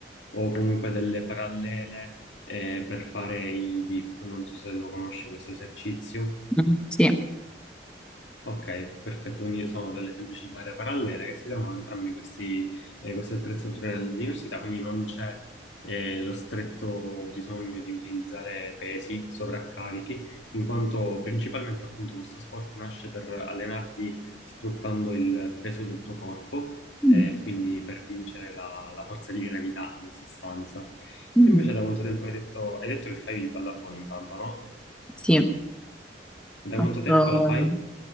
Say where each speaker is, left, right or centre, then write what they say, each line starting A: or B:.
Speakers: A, on the left (about 85°); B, in the centre.
A: o comunque delle parallele eh, per fare i dip. Non so se lo conosci questo esercizio.
B: Mm, sì.
A: Ok, perfetto, quindi sono delle semplici barre parallele che si trovano entrambi questi, eh, queste attrezzature nell'università, quindi non c'è eh, lo stretto bisogno di utilizzare pesi, sovraccarichi, in quanto principalmente appunto questo sport nasce per allenarti sfruttando il peso del tuo corpo,
B: Mm.
A: eh, quindi per vincere la, la forza di gravità in sostanza.
B: Mm.
A: Tu invece da quanto tempo hai detto, hai detto che fai pallavolo intanto, no?
B: Sì, ho
A: Da
B: fatto
A: quanto tempo la fai?